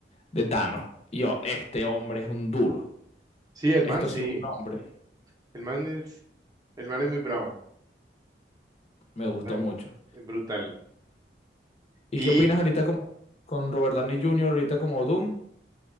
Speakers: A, on the left; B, on the right.
A: de Thanos. Y yo, este hombre es un duro,
B: Sí, el
A: esto
B: man, sí.
A: sí es un hombre,
B: El man es, el man es muy bravo.
A: me gustó
B: Man,
A: mucho.
B: es brutal.
A: ¿Y
B: Y
A: qué opinas ahorita como con Robert Downey Jr., ahorita como Doom?